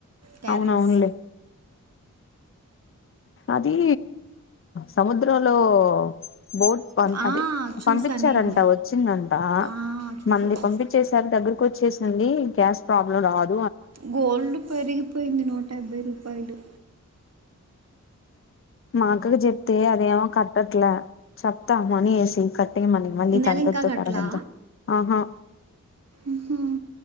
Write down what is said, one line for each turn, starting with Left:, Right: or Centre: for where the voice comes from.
Right: క్యారేజ్
Left: అవునవునులే అది సముద్రం లో బోట్ పం
Right: ఆ,
Left: అదే
Right: చూసా
Left: పంపించారంట
Right: నేను
Left: వొచ్చిందంట
Right: ఆ, చూసా
Left: మంది
Right: చూసా
Left: పంపిచ్చేసారు దగ్గరకోచ్చేసింది గ్యాస్ ప్రాబ్లం రాద్
Right: గోల్డ్ పెరిగిపోయింది నూట యాభై రూపాయలు
Left: మా అక్కకి జెప్తే అదేమొ కట్టట్లే చెప్తా మనీ ఏసీ కట్ ట్టేయ్యమని మళ్ళీ
Right: ఈ నెల
Left: తగ్గుద్దో
Right: ఇంకా గట్లా
Left: పెరుగుద్దో ఆహా
Right: ఉహు.